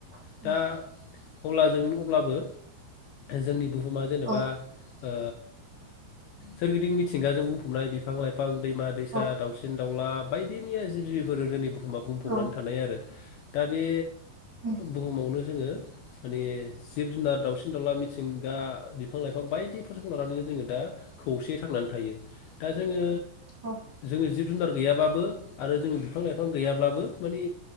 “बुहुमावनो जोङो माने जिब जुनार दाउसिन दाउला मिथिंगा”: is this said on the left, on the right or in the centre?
Left